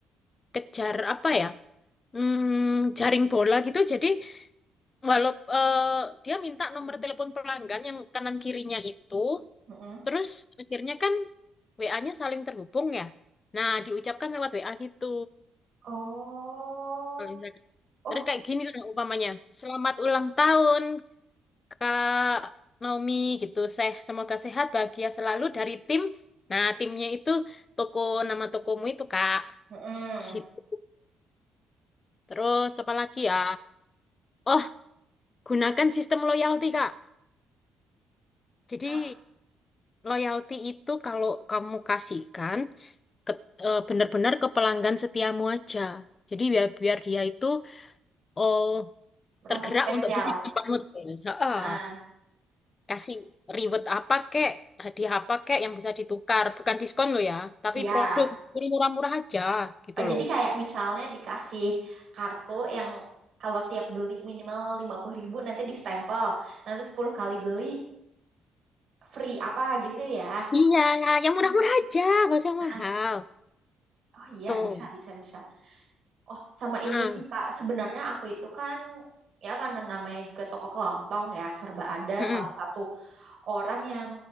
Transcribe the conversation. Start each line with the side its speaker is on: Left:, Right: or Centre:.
Left: kejar apa ya? Hmm, jaring bola gitu. Jadi walau eh, dia minta nomor telepon pelanggan yang kanan kirinya itu
Right: Mm-mm.
Left: Terus akhirnya kan WA-nya saling terhubung ya. Nah, diucapkan lewat WA gitu.
Right: Oh,
Left: Kalau misalkan-
Right: oh,
Left: Terus kayak gini lah umpamanya. Selamat ulang tahun Kak Naomi gitu. Seh, semoga sehat, bahagia selalu dari tim. Nah, timnya itu toko nama tokomu itu Kak
Right: mm
Left: gitu. Terus apa lagi ya? Oh, gunakan sistem loyalty Kak. Jadi
Right: Ah,
Left: loyalty itu kalau kamu kasihkan ke, eh, benar-benar ke pelanggan setiamu aja. Jadi biar biar dia itu oh
Right: merasa
Left: tergerak
Right: spesial.
Left: untuk beli di tempatmu terus. Heeh.
Right: Ah,
Left: kasih reward apa kek, hadiah apa kek yang bisa ditukar, bukan diskon lo ya, tapi
Right: iya.
Left: produk Yang murah-murah aja gitu
Right: Oh, jadi
Left: loh.
Right: kayak misalnya dikasih kartu yang kalau tiap beli minimal lima puluh ribu nanti distempel. Nanti 10 kali beli free apa gitu ya.
Left: Iya, yang murah-murah
Right: Hmm.
Left: aja, gak usah yang
Right: Ah,
Left: mahal.
Right: Oh iya
Left: Tuh.
Right: bisa bisa bisa. Oh sama
Left: Nah,
Right: ini sih Kak, sebenarnya aku itu kan ya karena namanya juga toko kelontong ya serba ada
Left: mm-mm.
Right: salah satu orang yang